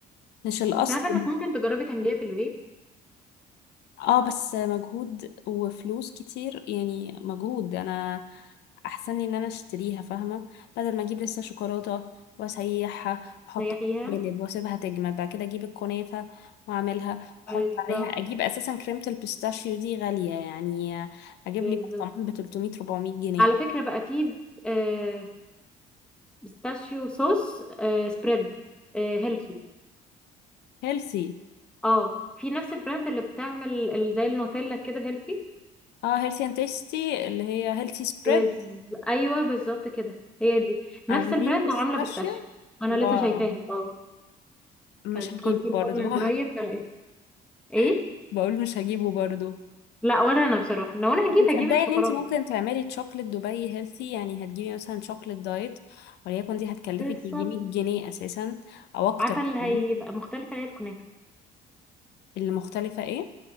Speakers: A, on the left; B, in the centre.
A: مش الأصل
B: انت عارفه انك ممكن تجربي تعمليها في البيت
A: اه بس مجهود وفلوس كتير يعني مجهود انا احسن لي ان انا اشتريها فاهمه بدل ما اجيب لسه شوكولاته واسيحها واحطها
B: تريحيها
A: في قالب واسيبها تجمد بعد كده اجيب الكنافه واعملها احط
B: بالظبط
A: عليها اجيب اساسا كريمه البيستاشيو دي غاليه يعني اجيب
B: بالظبط
A: لي برطمان ب 300 400 جنيه
B: على فكره بقى في آه بيستاشيو صوص آه سبريد آه هيلثي
A: هيلثي
B: اه في نفس البراند اللي بتعمل ال- زي النوتيلا كده هيلثي
A: اه هيلثي اند تيستي اللي هي هيلثي سبريد
B: بز... ايوه بالظبط كده هي دي نفس
A: عاملين
B: البراند
A: بيستاشيو
B: عامله بيستاشيو انا
A: واو
B: لسه شايفاها اه
A: مش
B: كانت
A: هجيبه
B: كنت في المول
A: برضو
B: من قريب فرقت ايه
A: <laughs> بقول مش هجيبه برضو
B: لا ولا انا بصراحه لو انا هجيب
A: تصدقي
B: هجيب الشوكولاته
A: ان انت ممكن تعملي تشوكلت دبي هيلثي يعني هتجيبي مثلا شوكلت دايت وليكن دي هتكلفك
B: بالظبط
A: يجي 100 جنيه اساسا او اكتر
B: عارفه اللي
A: كمان
B: هيبقى مختلفه هي الكنافه
A: اللي مختلفه ايه